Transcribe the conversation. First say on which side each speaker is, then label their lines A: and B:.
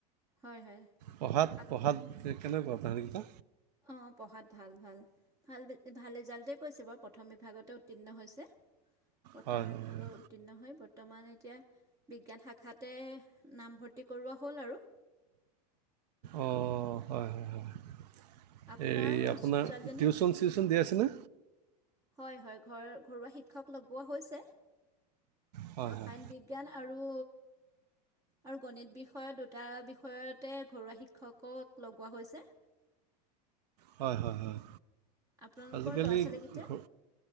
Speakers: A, on the right (about 15°); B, on the right (about 80°).
A: হয় হয়।
B: পঢ়াত
A: আপ
B: পঢ়াত কেনেকুৱা তাহেনকেইটা।
A: অঁ পঢ়াত ভাল ভাল। ভাল ভাল ৰিজাল্টেই কৰিছে বাৰু প্ৰথম বিভাগতে উত্তীৰ্ণ হৈছে। প্ৰথম
B: হয়
A: বিভাগত
B: হয় হয়
A: উত্তীৰ্ণ হৈ বৰ্তমান এতিয়া বিজ্ঞান শাখাতে নামভৰ্তি কৰোৱা হ'ল আৰু।
B: অঁ হয় হয় হয়,
A: আপোনাৰ
B: হেৰি আপোনাৰ
A: ছোৱালীজনী
B: টিউচন-চিউচন দিয়া আছেনে?
A: হয় হয় ঘৰ ঘৰুৱা শিক্ষক লগোৱা হৈছে
B: হয়
A: ৰসায়ন
B: হয়
A: বিজ্ঞা বিজ্ঞান আৰু আৰু গণিত বিষয় দুটা বিষয়তে ঘৰুৱা শিক্ষকক লগোৱা হৈছে।
B: হয় হয় হয়
A: আপোনালোকৰ
B: আজিকালি
A: ল'ৰা ছোৱালীকেইটা
B: ঘ